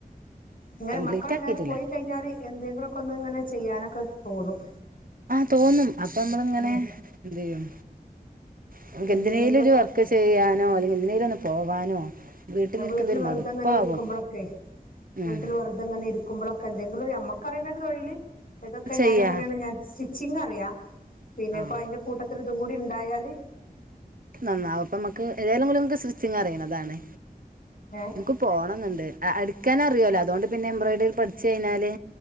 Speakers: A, on the left (about 60°); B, on the right (about 60°).
A: ഇങ്ങനെ
B: കംപ്ലീറ്റ്
A: മക്കളെല്ലാരും
B: ആക്കിയിട്ടില്ല
A: പോയി കഴിഞ്ഞാല് എന്തെങ്കിലൊക്കെ ഒന്ന് ഇങ്ങനെ ചെയ്യാനൊക്കെ തോന്നും
B: ആഹ തോന്നും അപ്പം നമ്മള് ഇങ്ങനെ
A: ഉം
B: എന്ത് ചെയ്യും നമ്മക്കെന്തിനേലും
A: എന്തിനെങ്കിലൊക്കെ
B: ഒരു വർ ക്ക് ചെയ്യാനോ അല്ലെങ്കി എന്തിനോലൊന്ന് പോവാനോ വീട്ടിലിരിക്കുന്നത്
A: അഹ വീട്ടില്
B: ഒരു
A: വെറുതെങ്ങനെ
B: മടുപ്പാവും
A: ഇരിക്കുമ്പളൊക്കെ
B: ഉം
A: വീട്ടില് വെർ ങ്ങനെ ഇരിക്കുമ്പളൊക്കെ എന്തെങ്കിലൊരു ഞമ്മക്കറിണൊരു തൊഴില് അഹ ഇതൊക്കെ
B: ചെയ്യാ
A: ഞാനങ്ങനേണ് ഞാന് സ്റ്റിച്ചിങ് അറിയാ പിന്നെ
B: ആഹ്
A: ഇപ്പം അയ്ന്റെ കൂട്ടത്തില് ഇതും കൂടിണ്ടായാല്
B: നന്നാവും അപ്പമ്മക്ക് ഏതേലും ഇങ്ങക്ക് സ്റ്റിച്ചിങ് അറിണതാണ്
A: ഏ
B: ഇൻകും പോണംന്ന്ണ്ട് അടിക്കാനറിയല്ലോ അതോണ്ട് പിന്നെ എംബ്രോയിഡറി പഠിച്ചു കയ്ഞ്ഞാല്